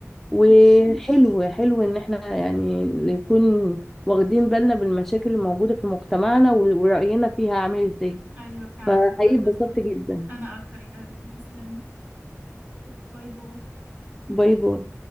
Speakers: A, in the centre; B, on the right.
A: وحلو حلو ان احنا يعني نكون واخدين بالنا بالمشاكل الموجودة في مجتمعنا و- ورأينا فيها عامل ازاي
B: أيوة فعلا
A: فحقيقي
B: ده
A: اتبسطت
B: ضروري
A: جدا
B: أنا أكتر يا حبيبتي تسلمي يلا باي باي
A: باي باي